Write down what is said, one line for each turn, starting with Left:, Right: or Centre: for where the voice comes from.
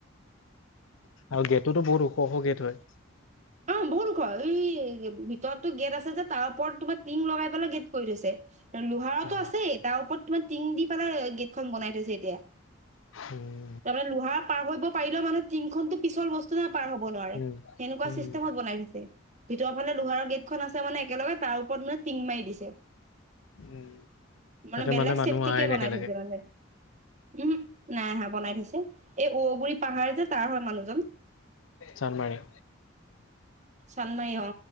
Left: আৰু গেটটোতো বহুত ওখ ওখ গেট হয়।
Right: অ, বহুত ওখ এই ভিতৰতো গেট আছে যে তাৰ ওপৰত তোমাৰ টিং লগাই পেলাই গেট কৰি থৈছে। লোহাৰতো
Left: বা
Right: আছে তাৰ ওপৰত তোমাৰ টিং দি পেলাই গেটখন বনাই থৈছে এতিয়া।
Left: উম,
Right: তাৰমানে লোহা পাৰ হব পাৰিলেও মানুহে টিনংখনতো পিছল বস্তু নে পাৰ হব নোৱাৰে
Left: উম
Right: সেনেকুৱা
Left: উম
Right: চিছ লাইন আছে, ভিতৰ ফালে লোহাৰ গেটখন আছে মানে একেলগে তাৰ ওপৰত মানেটিং মাৰি দিছে।
Left: উম
Right: মানে
Left: তাতে
Right: বেলেগ
Left: মানুহ
Right: চেফটিকে
Left: আহাই নাই
Right: বনাই
Left: এতিয়ালৈকে
Right: থৈছে মানে। উম, নাই অহা বনাই থৈছে, এই বৰগুৰি পাহাৰ যে তাৰ হয় মানুহজন।
Left: চানমাৰি?
Right: চানমাৰি অ,